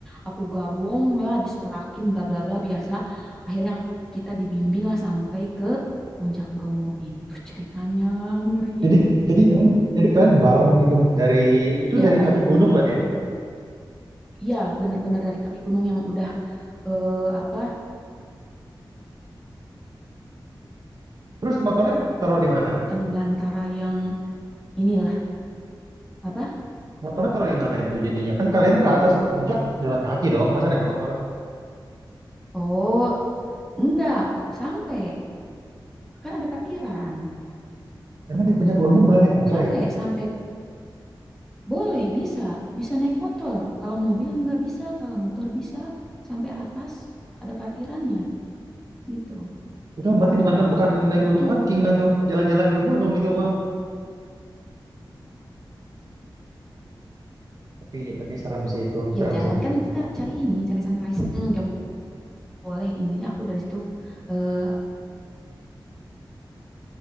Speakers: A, in the centre; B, on the right (about 50°).
A: Aku gabung ya disuarakin bla bla bla biasa. Akhirnya kita dibimbing lah sampai ke Puncak Bromo gitu ceritanya ngeri.
B: Jadi jadi kalian jadi kalian bareng itu dari itu
A: Ya
B: dari
A: bareng.
B: kaki gunung berarti ya.
A: Ya bener-bener dari kaki gunung yang udah eh, apa
B: Terus motornya taruh di mana?
A: kan belantara yang inilah apa?
B: Motornya taruh di mana itu jadinya? Kan kalian ke atas ke puncak jalan kaki dong, masa naik motor?
A: Oh, Enggak, sampai. Kan ada parkiran.
B: Emang di puncak Bromo boleh naik motor
A: Sampai,
B: ya?
A: sampai. Boleh, bisa. Bisa naik motor. Kalau mobil nggak bisa, kalau motor bisa. Sampai atas ada parkirannya. Gitu.
B: Itu berarti bukan bukan naik
A: Gitu.
B: gunung hiking nggak tuh, jalan-jalan ke gunung itu mah. Tapi tapi serem sih itu,
A: Iya,
B: serem
A: jalan.
B: sih.
A: Kan kita cari ini, cari sunrise. Hmm, nggak bo- boleh. Intinya aku dari situ. Eh,